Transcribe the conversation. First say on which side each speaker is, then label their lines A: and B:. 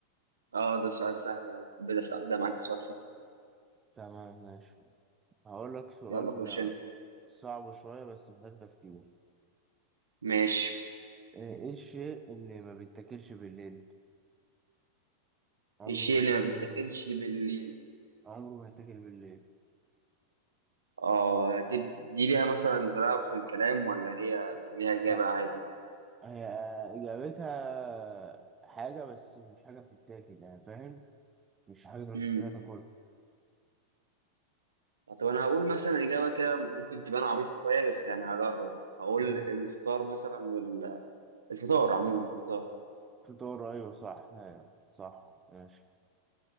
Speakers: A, on the right; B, on the right.
A: اه ده سؤال سهل يعني حبيت أسأل- ابدأ معاك سؤال سهل
B: تمام ماشي هقول لك سؤال
A: يلا خش انت
B: صعب شوية بس محتاج تفكير
A: ماشي
B: آه، ايه الشيء اللي ما بيتاكلش بالليل عمره
A: الشيء
B: ما
A: اللي
B: يتاكل
A: ما بيتاكلش
B: بالليل
A: بالليل
B: عمره ما يتاكل بالليل
A: اه دي, دي ليها مثلا تلاعب في الكلام ولا هي ليها إجابة
B: لا
A: عادي؟
B: هي اجابتها حاجة بس مش حاجة بتتاكل يعني فاهم مش حاجة تروح
A: امم
B: تشتريها تاكلها
A: طب أنا هقول مثلا إجابة كده ممكن تبان عبيطة شوية بس يعني هجرب هقول
B: مم.
A: الفطار مثلا وال الفطار عموما الفطار
B: فطار ايوه صح آه، صح ماشي